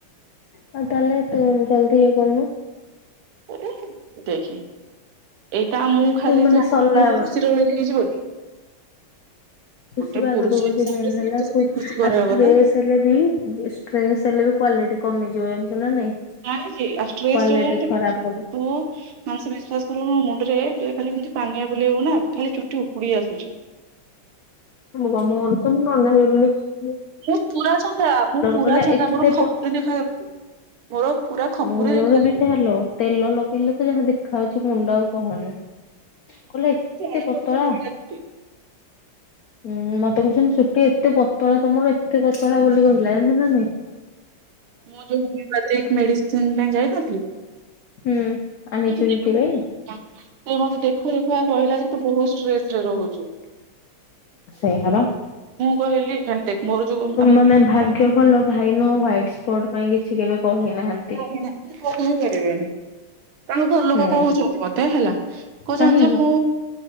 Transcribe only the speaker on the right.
ଦେଖେ ଦେଖେ। ଏଇଟା ମୁଁ ଖାଲି
ଚାହିଁଲେ
ମୁଁ ଖୁସିରେ ରହିବି ହେଇଯିବ କି?
ଗୋଟେ
ପୁରୁଷ
ହିସାବରେ
ସିଏ ବି ତ ସେତିକି ଖୁସି କରେଇବା
କଥା
ଜାଣିଛି ଆଉ ଷ୍ଟ୍ରେସ୍
ଯୋଉ
ତୁ ମାନେ ସିଏ ବି ବିଶ୍ଵାସ କରିବୁନୁ ମୁଣ୍ଡରେ ଖାଲି ଏମିତି ପାନିଆ ବୁଲେଇବୁ ନା ଖାଲି ଚୁଟି ଉପୁଡି ଆସୁଛି ।
ମୁଁ ପୁରା ଚନ୍ଦା ମୁଁ ପୁରା
ଚନ୍ଦା
ମୋର ଖପୁରି ଦେଖାଯାଉଛି ମୋର ପୁରା ଖପୁରି
ଦେଖାଯାଉଛି।
ତୋର
ଚଳିବ
ଟିକେ ମୋଟ ଚୁଟି।
ମୋର ଯୋଉ ହୁମେପାତିକ୍ ମେଡିସି ସିନ୍ ପାଇଁ ଯାଇନଥିଲି
ତୋ ଚୁଟି କାଟି
ଦେ ହଁ ସେ ମତେ ଦେଖୁ ଦେଖୁ ଆଗ କହିଲା ଯେ ତୁ ବହୁତ ଷ୍ଟ୍ରେସ୍ ରେ ରହୁଛୁ ।
କହିଲି ଦେଖ ମୋର ଯୋଉ ଆମର
କହିପାରିବେନି ତାଙ୍କ ଘରଲୋକ
କହୁଛନ୍ତି ମତେ ହେଲା କହୁଛନ୍ତି
ଯେ ମୁଁ